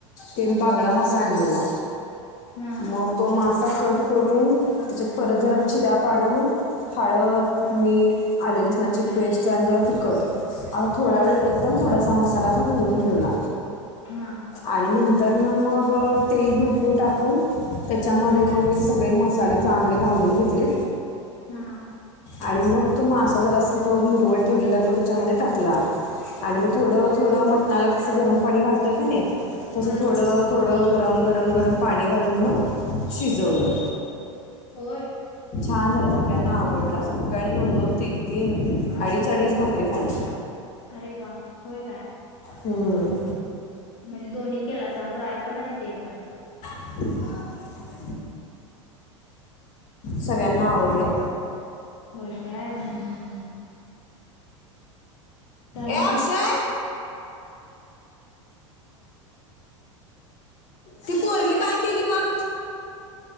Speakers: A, on the left (about 50°); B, on the left (about 65°).
A: ते बांगडा मासा आणलेला
B: ना
A: मग तो मासाच कट करून त्याच्यात परत जरा
B: ना
A: चिरा पाडून हळद
B: हा
A: मीठ आले लसणाची पेस्ट रजवळ पिकट आता थोडा
B: हा
A: वेळ एकदम थोडासा मसालासा भरून ठेवला
B: ना
A: आणि नंतर ना मग तेल भरपूर टाकून त्याच्यामध्ये
B: ना
A: मग सगळे मस् मसाले चांगले भाजून घेतले.
B: हा.
A: आणि मग तो मासा जरासा जो मुरवट ठेवलेला तो त्याच्यामध्ये टाकला. आणि मग थोडं थोडं मटणाला कसं गरम पाणी घालतोय काय नाही तसं
B: हा
A: थोडं थोडं गरम गरम गरम पाणी घालून मग शिजवलं.
B: होय.
A: छान झाला सगळ्यांना आवडला सगळ्यांनी दोन-दोन, तीन-तीन, अडीच- अडीच भाकरी खाल्ली.
B: अरे वा होय काय.
A: हम्म.
B: म्हणजे दोन्ही केलासा फ्राय पण आणि ते पण.
A: <inaudible> सगळ्यांना आवडलं.
B: होय काय हम्.
A: ए
B: मग
A: अक्षय. ती पोरगी काय केली बघ?